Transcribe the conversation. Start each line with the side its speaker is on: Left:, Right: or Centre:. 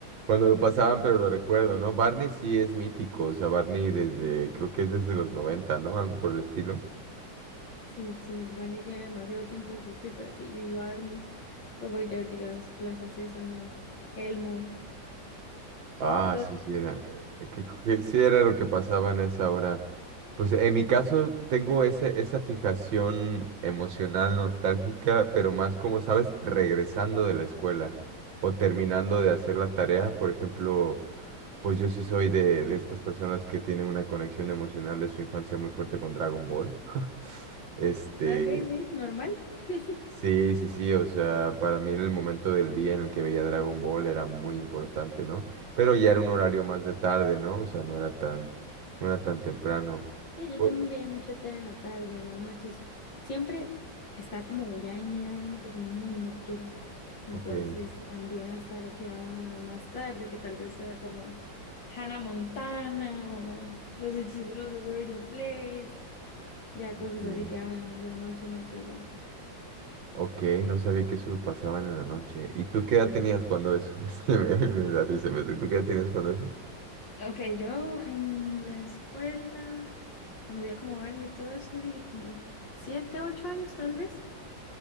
Right: cuando lo pasaban, pero lo recuerdo, ¿no? Barney sí es mítico. O sea, Barney desde, creo que es desde los 90, ¿no? Algo por el estilo.
Left: Sí, sí, Barney tiene demasiado tiempo de existir, pero sí, vi Barney, los Backyardigans, Plaza Sésamo, Elmo.
Right: Ah,
Left: Entonces,
Right: sí, sí, era, eh, eh, que, que sí era lo que pasaba en esa hora. Pues en mi caso tengo ese, esa fijación emocional nostálgica, pero más como, ¿sabes? Regresando de la escuela o terminando de hacer la tarea. Por ejemplo, pues yo sí soy de, de estas personas que tienen una conexión emocional de su infancia muy fuerte con Dragon Ball. <laughs> Este,
Left: ok, sí, normal. <laughs>
Right: Sí, sí, sí, o sea, para mí en el momento del día en el que veía Dragon Ball era muy importante, ¿no? Pero ya era un horario más de tarde, ¿no? O sea, no era tan, no era tan temprano.
Left: Sí, yo
Right: O-
Left: también veía mucho el tele en la tarde, en las noches. Siempre está como ya en mi ADN que soy muy nocturna. Entonces
Right: Ok,
Left: también hasta lo que daban en las más tarde, que tal vez era como Hannah Montana o Los Hechiceros de Waverly Place. Ya
Right: ok,
Left: cosas así que daban en la noche, noche, digamos.
Right: ok, no sabía que eso lo pasaban en la noche. ¿Y tú qué edad tenías cuando eso? <laughs> Es que me, me da risa, pero ¿tú qué edad tenías cuando eso?
Left: Ok, yo en la escuela, cuando veía como Barney y todo eso, di como siete, ocho años tal vez.